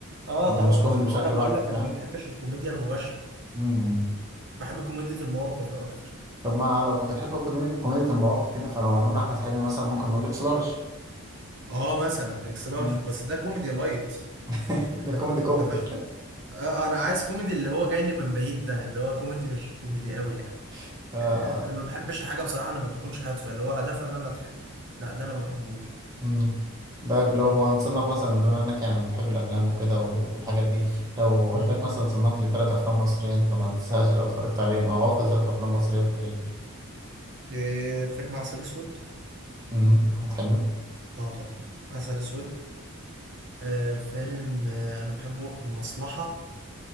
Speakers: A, on the right; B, on the right.
A: اه
B: يعني مش
A: اه
B: كوميدي
A: بس ما
B: بشكل
A: هو انا بقول
B: بحت
A: لك
B: فاهم
A: انا ما بحبش الكوميديا المباشره
B: مم.
A: بحب كوميديا المواقف اكتر
B: طب ما لو كنت بتحب كوميدي كوميديا المواقف كده فلو هنقول أحمد حلمي مثلا ممكن نقول لك سلارش
A: اه مثلا اكس لارج
B: مم.
A: بس ده كوميدي لايت
B: <laughs>
A: انت
B: ده كوميدي كوميدي
A: انت فاهم آه، انا عايز كوميدي اللي هو جاي لي من بعيد ده اللي هو كوميدي مش كوميدي قوي يعني
B: <laughs>
A: انا ما بحبش الحاجه بصراحه لما بتكونش هادفه اللي هو هدفها ان انا اضحك لا ده انا ما بحبوش
B: مم. طيب لو
A: امم
B: هنصنف مثلا بما انك يعني بتحب الافلام وكده والحاجات دي لو قلت
A: امم
B: لك مثلا صنف لي ثلاث افلام مصريه انت ما تنساش لو اتفرجت عليهم او افضل ثلاث افلام مصريه في التاريخ
A: إيه، فيلم عسل اسود
B: امم احمد حلمي
A: اه طبعا عسل اسود آه فيلم آه انا بحبه المصلحه